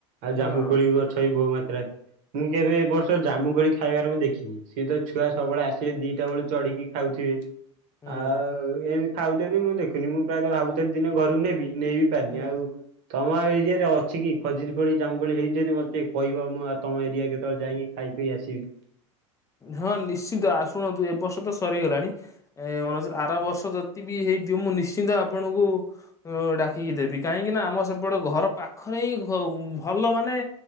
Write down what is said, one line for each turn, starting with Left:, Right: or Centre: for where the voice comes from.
Right: ଆଉ ଜାମୁ
Left: ହଁ
Right: କୋଳି ଗଛ ବି ବହୁ ମାତ୍ରାରେ ମୁଁ କେବେ ଏ ବର୍ଷ ଜାମୁ କୋଳି ଖାଇବାରେ ମୁଁ ଦେ ଦେଖିନି ସିଏ ତ ଛୁଆ ସବୁବେଳେ ଆସିବେ ଦିଟା ବେଳୁ ଚଢିକି ଖାଉଥିବେ
Left: ହୁଁ
Right: ଆଉ ଆଉ ଏମିତି ଖାଉଛନ୍ତି ମୁଁ ଦେଖୁନି ମୁଁ ପ୍ରାୟତଃ ଭାବୁଥିଲି ଦିନେ ଘରକୁ ନେବି ନେଇ ବିି ପାରିନି
Left: ହୁଁ
Right: ଆଉ ତମ ଏରିଆରେ ଅଛି କି ଖୋଜୁରି କୋଳି ଜାମୁକଳି ହେଇଛନ୍ତି ମତେ ଟିକେ କହିବ ମୁଁ ଆଉ ତମ ଏରିଆ କେତେବେଳେ ଯାଇକି ଖାଇ ପି ଆସିବି।
Left: ହଁ ନିଶ୍ଚିନ୍ତ ଆ ଶୁଣନ୍ତୁ ଏ ବର୍ଷ ତ ସରିଗଲାଣି। ଏ ମନସ ଆର ବର୍ଷ ଯତି ବି ହେଇଥିବ ମୁଁ ନିଶ୍ଚିନ୍ତ ଆପଣଙ୍କୁ ଡାକିକି ଦେବି କାହିଁକି ନା ଆମ ସେପଟେ ଘର ପାଖରେ ହିଁ ଘ ଭଲ ମାନେ